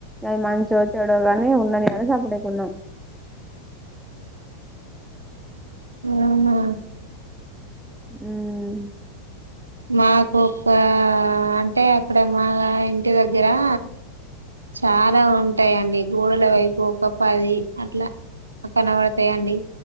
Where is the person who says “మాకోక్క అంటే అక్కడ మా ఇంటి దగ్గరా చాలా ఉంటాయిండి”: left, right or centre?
Right